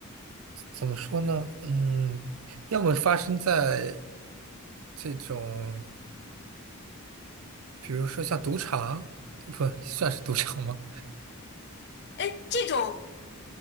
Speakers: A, on the right (about 75°); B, on the left (about 50°).
A: 怎么说呢？嗯，要么发生在这种，比如说像赌场，不算是赌场吗？
B: 哎，这种